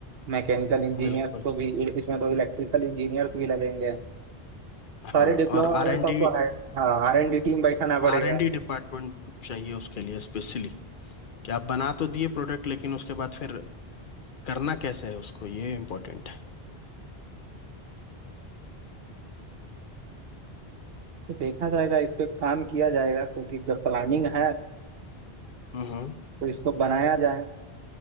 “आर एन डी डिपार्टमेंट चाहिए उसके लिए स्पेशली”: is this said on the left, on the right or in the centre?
Left